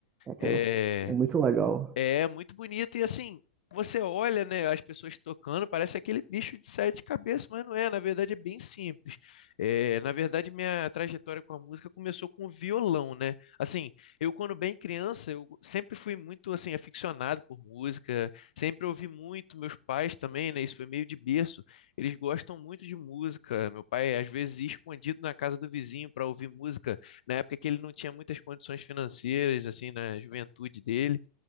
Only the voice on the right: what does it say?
aquela.
É muito legal.